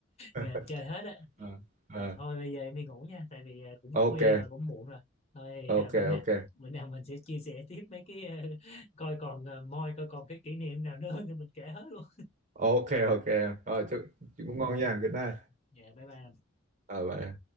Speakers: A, on the right (about 35°); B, on the left (about 30°).
A: <laughs>
B: Dạ, chơi hết á
A: Ờ,
B: À,
A: ờ.
B: thôi bây giờ em đi ngủ nha tại vì à, cũng
A: ok
B: khuya rồi cũng muộn rồi thôi
A: ok
B: à, bữa nào
A: ok
B: bữa nào mình sẽ chia sẻ tiếp mấy cái à, <laughs> coi còn à, moi coi còn cái kỷ niệm nào nữa thì mình kể hết luôn
A: ok ok rồi chúc, chúc ngủ ngon nha good night
B: dạ bye bye
A: ờ bye